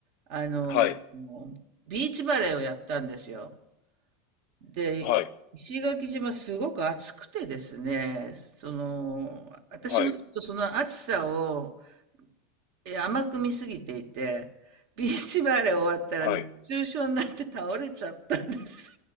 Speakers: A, on the right; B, on the left.
A: あの、
B: はい、
A: もうビーチバレーをやったんですよ。で、
B: はい、
A: 石垣島すごく暑くてですね、その、私もちょっとその暑さを
B: はい、
A: え甘く見すぎていて、ビーチバレー終わったらね熱中症になって倒れちゃったんです。
B: はい。